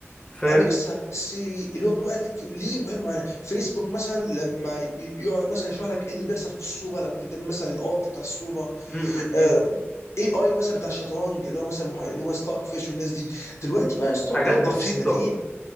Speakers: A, on the left (about 20°); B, on the left (about 85°).
A: فاهمني
B: اليكسا سيري اللي هو كل واحد ليه- ليه مهمه معينه فيسبوك مثلا لما ي- يقعد مثلا يشرح لك ايه اللي بيحصل في الصوره لو كنت بتعمل مثلا الالت بتاع الصوره
A: م- م-
B: آه،
A: م.
B: اي اي مثلا بتاع الشطرنج اللي هو مثلا محا... اللي هو ستاك فيش والناس دي دلوقتي بقى يا اسطى
A: حاجات
B: احنا
A: بسيطة
B: في سنتين